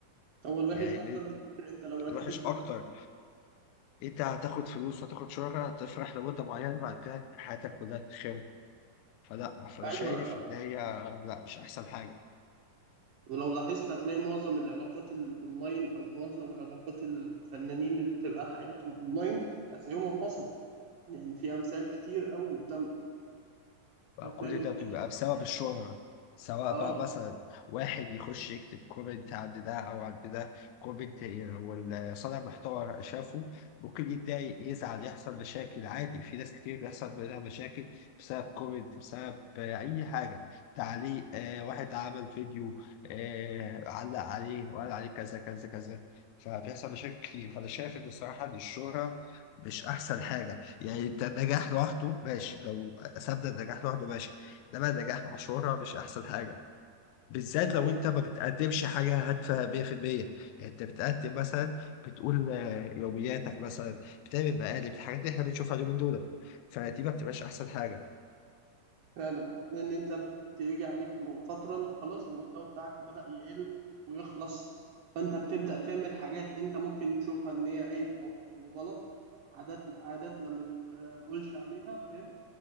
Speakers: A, on the right (about 80°); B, on the left (about 85°).
A: هو الوحش
B: يعني
A: اكتر بكتير انت لو ركزت
B: وحش اكتر
A: في
B: انت هتاخد فلوس هتاخد شهرة هتفرح لمدة معينة بعد كده حياتك كلها تتخرب فلا فانا
A: ايوه
B: شايف
A: لا.
B: ان هي لا مش احسن حاجة
A: ولو لاحظت هتلاقي معظم العلاقات الاونلاين او معظم العلاقات الفنانين اللي بتبقى حياتهم اونلاين هتلاقيهم انفصلوا يعني في امثال كتير قوي قدامنا
B: فكل
A: هتلاقي من
B: ده
A: كتر
B: بيبقى
A: ما
B: بسبب
A: حياتهم
B: الشهرة سواء
A: اه
B: بقى مثلا واحد يخش يكتب كومنت عند ده أو عند ده كومنت والصانع محتوى شافه ممكن يتضايق يزعل يحصل مشاكل عادي في ناس كتير بيحصل بينها مشاكل بسبب كومنت بسبب آه، أي حاجة تعليق آه، واحد عمل فيديو آه، علق عليه وقال عليه كذا كذا كذا فبيحصل مشاكل كتير فأنا شايف إن الصراحة إن الشهرة مش أحسن حاجة يعني انت النجاح لوحده ماشي لو سابنا النجاح لوحده ماشي انما النجاح مع شهرة مش احسن حاجه بالذات
A: دي
B: لو
A: حقيقة
B: انت ما بتقدمش حاجه هادفه 100% يعني انت بتقدم مثلا بتقول آه، يومياتك مثلا بتعمل مقالب الحاجات اللي احنا بنشوفها اليومين دول فدي ما بتبقاش احسن حاجه
A: فعلا لأن أنت بتيجي عليك م- فترة أنت خلاص المحتوى بتاعك بدأ يقل ويخلص فأنت بتبدأ تعمل حاجات أنت ممكن تشوفها إن هي عيب أو أو غلط عاداتنا عاداتنا ما بتقولش عليها فاهم